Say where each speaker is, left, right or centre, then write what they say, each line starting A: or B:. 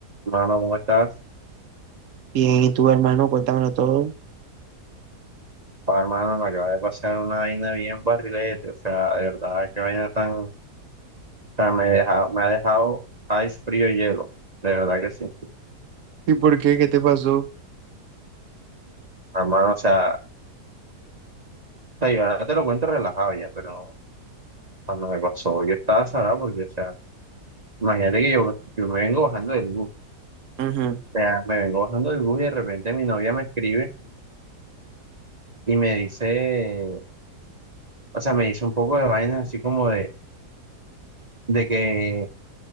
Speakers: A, on the right; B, on the right.
A: Hermano, ¿cómo estás?
B: Bien, ¿y tú, hermano? Cuéntamelo todo.
A: Pa, hermano, me acaba de pasar una vaina bien barrilete, o sea, de verdad, qué vaina tan, o sea me deja, me ha dejado ice frío y hielo, de verdad que sí.
B: ¿Y por qué? ¿Qué te pasó?
A: Hermano, o sea, o sea, yo ahora te lo cuento relajado ya, pero cuando me pasó, yo estaba salado porque, o sea, imagínate que yo, yo me vengo bajando del bus,
B: Ujú,
A: o sea, me vengo bajando del bus y de repente mi novia me escribe y me dice, o sea, me dice un poco de vainas así como de, de que